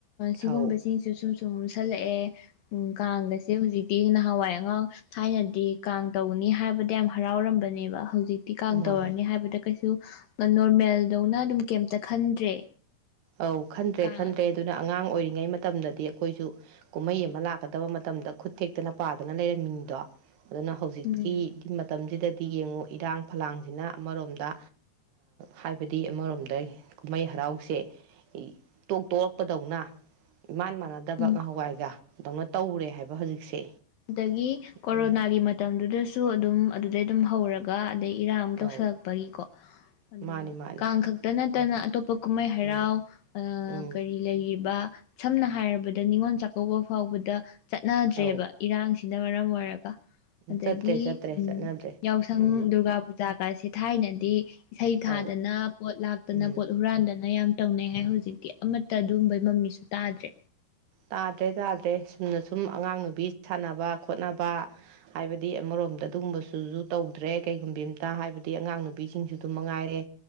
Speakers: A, on the left; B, on the right.
A: ꯁꯤꯒꯨꯝꯕꯁꯤꯡꯁ
B: ꯑꯧ
A: ꯁꯨꯝ ꯇꯨꯝꯁꯜꯂꯛꯑꯦ ꯎꯝ ꯀꯥꯡꯒꯁꯦ ꯍꯧꯖꯤꯛꯇꯤ ꯅꯍꯥꯟ ꯍꯋꯥꯏ ꯑꯉꯥꯡ ꯊꯥꯏꯅꯗꯤ ꯀꯥꯡ ꯇꯧꯅꯤ ꯍꯥꯏꯕꯗ ꯌꯥꯝ ꯍꯔꯥꯎꯔꯝꯕꯅꯦꯕ ꯍꯧꯖꯤꯛꯇꯤ ꯀꯥꯡ
B: ꯃꯥꯅꯦ
A: ꯇꯧꯔꯅꯤ ꯍꯥꯏꯕꯗ ꯀꯩꯁꯨ ꯉ ꯃꯦꯜꯗꯧꯅ ꯑꯗꯨꯝ ꯀꯩꯝꯇ ꯈꯟꯗ꯭ꯔꯦ
B: ꯑꯧ ꯈꯟꯗ꯭ꯔꯦ
A: ꯀꯥꯡ
B: ꯈꯟꯗ꯭ꯔꯦ
A: ꯑꯗꯨꯝ
B: ꯑꯗꯨꯅ ꯑꯉꯥꯡ ꯑꯣꯏꯔꯤꯉꯩ ꯉꯩ ꯃꯇꯝꯗꯗꯤ ꯑꯩꯈꯣꯏꯁꯨ ꯀꯨꯝꯍꯩ ꯑꯃ ꯂꯥꯛꯀꯗꯕ ꯃꯇꯝꯗ ꯈꯨꯠ ꯊꯦꯛꯇꯅ ꯄꯥꯗꯅ ꯂꯩꯔꯝꯃꯤꯗꯣ ꯑꯗꯨꯅ ꯍꯧꯖꯤꯛꯀꯤ
A: ꯎꯝ
B: ꯃꯇꯝꯁꯤꯗꯗꯤ ꯁꯤ ꯌꯦꯡꯉꯨ ꯏꯔꯥꯡ ꯐꯂꯥꯡꯁꯤꯅ ꯑꯃꯔꯣꯝꯗ ꯍꯥꯏꯕꯗꯤ ꯑꯃꯔꯣꯝꯗ ꯀꯨꯝꯍꯩ ꯍꯔꯥꯎꯁꯦ ꯇꯣꯛ ꯇꯣꯛꯂꯛꯄꯗꯧꯅ ꯏꯃꯥꯟ ꯃꯥꯟꯅꯗꯕ
A: ꯎꯝ
B: ꯉꯥꯍꯧꯋꯥꯏꯒ ꯗꯧꯅ ꯇꯧꯔꯦ ꯍꯥꯏꯕ ꯍꯧꯖꯤꯛꯁꯦ
A: ꯑꯗꯒꯤ ꯀꯣꯔꯣꯅꯥꯒꯤ
B: ꯑꯗꯨꯅ
A: ꯃꯇꯝꯗꯨꯗꯁꯨ ꯑꯗꯨꯝ ꯑꯗꯨꯗꯩ ꯑꯗꯨꯝ ꯍꯧꯔꯒ <unintelligible> ꯗꯩ ꯏꯔꯥꯡ ꯑꯝ ꯇꯧꯁꯜꯂꯛꯄꯒꯤꯀꯣ
B: ꯑꯧ
A: ꯑꯗꯨꯒ
B: ꯃꯥꯅꯤ ꯃꯥꯅꯤ
A: ꯀꯥꯡ ꯈꯛꯇ ꯅꯠꯇꯅ
B: ꯎꯝ
A: ꯑꯇꯣꯞꯄ ꯀꯨꯝꯍꯩ ꯍꯔꯥꯎ
B: ꯎꯝ ꯎꯝ
A: ꯀꯔꯤ ꯂꯩꯔꯤꯕ ꯁꯝꯅ ꯍꯥꯏꯔꯕꯗ ꯅꯤꯉꯣꯜ ꯆꯥꯛꯀꯧꯕ ꯐꯥꯎꯕꯗ ꯆꯠꯅꯗ꯭ꯔꯦꯕ
B: ꯑꯧ
A: ꯍꯛꯆꯥꯡꯁꯤꯅ ꯃꯔꯝ ꯑꯣꯏꯔꯒ ꯑꯗꯒꯤ
B: ꯆꯠꯇ꯭ꯔꯦ ꯆꯠꯇ꯭ꯔꯦ
A: ꯎꯝ
B: ꯆꯠꯅꯗ꯭ꯔꯦ
A: ꯌꯥꯎꯁꯪ
B: ꯎꯝ
A: ꯗꯨꯔꯒꯥ ꯄꯨꯖꯥꯒꯁꯤ ꯊꯥꯏꯅꯗꯤ ꯏꯁꯩ
B: ꯑꯧ
A: ꯊꯥꯗꯅ ꯄꯣꯠ ꯂꯥꯛꯇꯅ
B: ꯎꯝ
A: ꯄꯣꯠ ꯍꯨꯔꯥꯟꯗꯅ ꯌꯥꯝ ꯇꯧꯅꯩ ꯍꯥꯏ ꯍꯧꯖꯤꯛꯇꯤ ꯑꯃꯠꯇ ꯑꯗꯨꯕꯩ ꯃꯃꯤꯁꯨ ꯇꯥꯗ꯭ꯔꯦ
B: ꯇꯥꯗ꯭ꯔꯦ ꯇꯥꯗ꯭ꯔꯦ ꯁꯨꯝꯅ ꯁꯨꯝ ꯑꯉꯥꯡ ꯅꯨꯕꯤ ꯁꯥꯟꯅꯕ ꯈꯣꯠꯅꯕ ꯍꯥꯏꯕꯗꯤ ꯑꯃꯔꯣꯝꯗ ꯑꯗꯨꯒꯨꯝꯕꯁꯨꯁꯨ ꯇꯧꯗ꯭ꯔꯦ ꯀꯩꯒꯨꯝꯕꯤ ꯑ ꯑꯃꯇ ꯍꯥꯏꯕꯗꯤ ꯑꯉꯥꯡ ꯅꯨꯕꯤꯁꯤꯡꯁꯨ ꯑꯗꯨꯝ ꯃꯉꯥꯏꯔꯦ